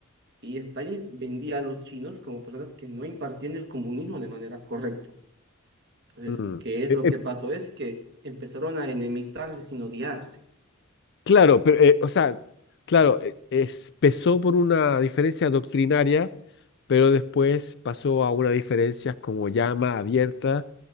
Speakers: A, on the right (about 55°); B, on the left (about 55°).
A: y Stalin vendía a los chinos como personas que no impartían el comunismo de manera correcta. Entonces,
B: Mm.
A: ¿qué es
B: Eh,
A: lo
B: eh,
A: que pasó? Es que empezaron a enemistarse sin odiarse.
B: claro, pero, eh, o sea, claro, eh, es- empezó por una diferencia doctrinaria, pero después pasó a unas diferencias como ya más abiertas.